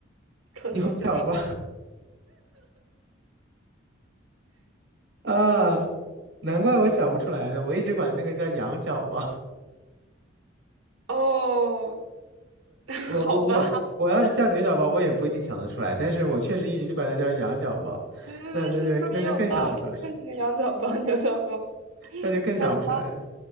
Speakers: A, on the right; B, on the right.
A: 可颂。
B: 牛角包 <laughs> 啊，难怪我想不出来呢，我一直管那个叫羊角包。<laughs>
A: 哦，<laughs>
B: 我我我我要是叫牛角包，
A: 好吧，
B: 我也不一定想得出来，但是我确实一直就管它叫羊角包，
A: 没没没事，
B: 那那就那就更想不出来，
A: 说也有道理，就是羊角包，<laughs> 牛角包。
B: 那就更想不出来了。
A: 那轮到